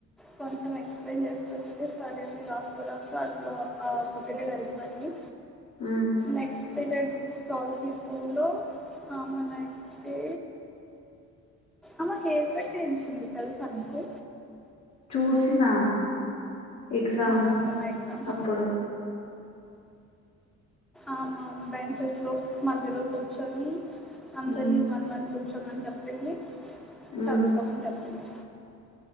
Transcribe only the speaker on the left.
మ్మ్
చూసినా ఎగ్జామ్
అప్పుడు
మ్మ్
మ్మ్